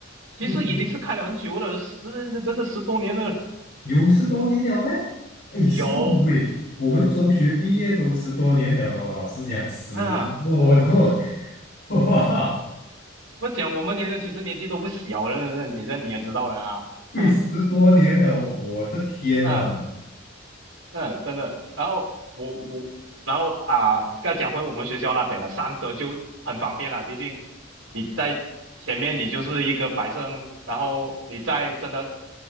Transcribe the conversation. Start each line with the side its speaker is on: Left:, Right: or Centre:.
Right: 其实已经是开了很久了，
Left: 喂，
Right: 十真的十多年了。
Left: 有十多年了咩？哎，
Right: 有
Left: 是喂，我们中学毕业都十多年了咯。老师讲十多都，
Right: 啊，
Left: <laughs> 哇！
Right: 我讲我们年纪其实年纪都不小了，你这你也知道了啊。
Left: 喂十多年了，
Right: <laughs>
Left: 我的天呐！
Right: 嗯、嗯，真的。然后我我，然后啊，再讲回我们学校那边了，三德就很方便了，毕竟你在前面你就是一个百盛，然后你再真的